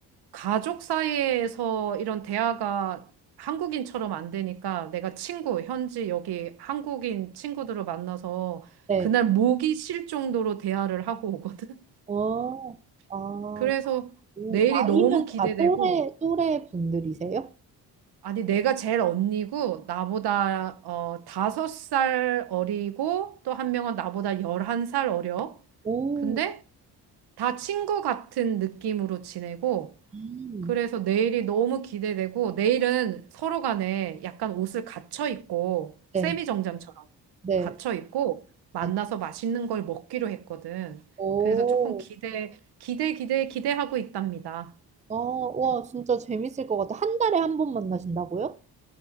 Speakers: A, on the right; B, on the right.
A: 가족 사이에서 이런 대화가 한국인처럼 안 되니까 내가 친구, 현지 여기 한국인 친구들을 만나서
B: 네.
A: 그날 목이 쉴 정도로 대화를 하고 오거든.
B: 어, 아,
A: <laughs> 그래서
B: 오,
A: 내일이
B: 나이는
A: 너무 기대되고,
B: 다 또래, 또래 분들이세요?
A: 아니 내가 제일 언니고 나보다 어 다섯 살 어리고 또 한 명은 나보다 열한 살 어려.
B: 오,
A: 근데 다 친구 같은 느낌으로 지내고,
B: 음.
A: 그래서 내일이 너무 기대되고, 내일은 서로 간에 약간 옷을 갖춰 입고,
B: 네,
A: 세미정장처럼
B: 네,
A: 갖춰 입고, 만나서
B: 네.
A: 맛있는 걸 먹기로 했거든.
B: 오,
A: 그래서 조금 기대, 기대, 기대, 기대하고 있답니다.
B: 아, 와, 진짜 재밌을 것 같아. 한 달에 한 번 만나신다고요?